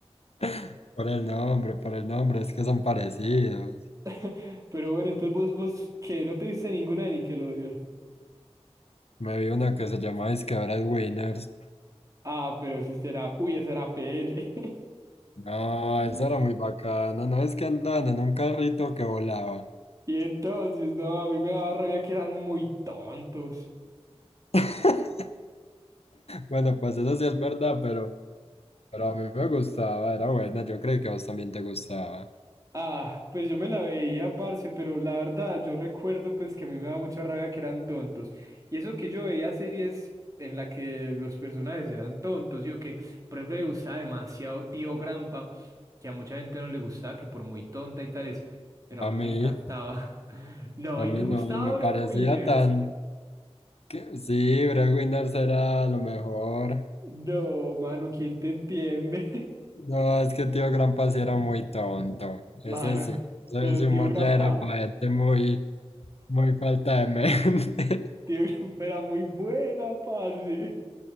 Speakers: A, on the left; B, on the right.
A: <laughs> Por el nombre, por el nombre, es que son parecidos.
B: <laughs> Pero bueno, entonces vos, vos, ¿qué? ¿No te diste ninguna de Nickelodeon?
A: Me vi una que se llama Disque Breadwinners.
B: Ah, pero eso sí era, uy, eso era PL.
A: No,
B: <laughs>
A: eso era muy bacano, no es que andaban en un carrito que volaba.
B: Y entonces, no, a mí me daba rabia que eran muy tontos.
A: <laughs> Bueno, pues eso sí es verdad, pero, pero a mí me gustaba, era buena, yo creo que a vos también te gustaba.
B: Ah, pues yo me la veía, parce, pero la verdad yo recuerdo pues que a mí me daba mucha rabia que eran tontos. Y eso que yo veía series en la que los personajes eran tontos, yo que, por ejemplo, me gustaba demasiado Tío Grampa, que a mucha gente no le gustaba, que por muy tonta y tales, pero
A: A
B: a mí
A: mí,
B: me encantaba. <laughs> No,
A: a
B: ¿y
A: mí
B: te gustaba
A: no, me
B: Brett
A: parecía
B: Winners?
A: tan... que- Sí, Brad Winners era lo mejor.
B: No, mano, ¿quién te entiende?
A: No, es que tío Grampa sí era muy tonto,
B: <laughs> Mano,
A: ese sí, ese
B: pero
A: ese
B: Tío
A: humor
B: Grampa,
A: ya era para gente muy, muy falta de mente. <laughs>
B: Tío Grampa era muy buena, parce.